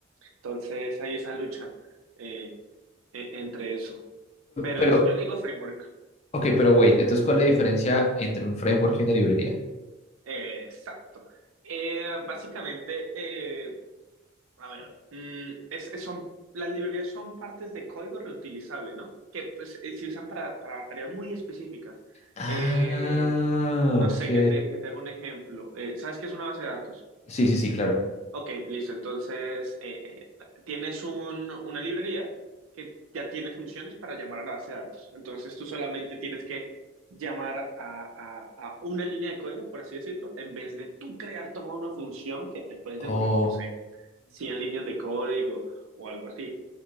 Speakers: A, on the right; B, on the left.
A: Entonces hay esa lucha eh, e- entre eso. Pero
B: pero,
A: es- yo le digo framework,
B: ok, pero wait, entonces, ¿cuál es la diferencia entre un framework y una librería?
A: eh, exacto. Eh, básicamente, eh, A ver, mm, es, es- son, las librerías son partes de código reutilizable, ¿no? Que pues, eh, se usan para, para tareas muy específicas.
B: Ah,
A: Eh, no sé,
B: ok.
A: que te, que te haga un ejemplo. Eh, ¿sabes qué es una base de datos?
B: Sí, sí, sí, claro.
A: Ok, listo. Entonces, eh, eh, tienes un- una librería que ya tiene funciones para llamar a la base de datos. Entonces, tú solamente tienes que llamar a, a- a una línea de código, por así decirlo, en vez de tú crear toda una función que te puedes
B: Ok.
A: demorar, no sé, 100 líneas de código o algo así.